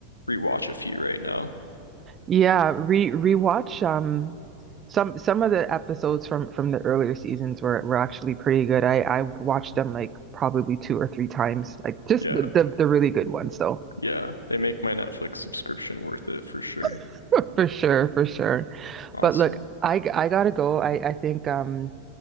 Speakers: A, on the left; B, on the right.
A: rewatch a few right now.
B: Yeah, re rewatch um some some of the episodes from from the earlier seasons were were actually pretty good. I I watched them like probably two or three times. Like just
A: Yeah.
B: the the, the really good ones though.
A: Yeah. They make my Netflix subscription worth it for sure.
B: <laughs> For sure, for sure.
A: Awesome.
B: But look, I I gotta go. I I think um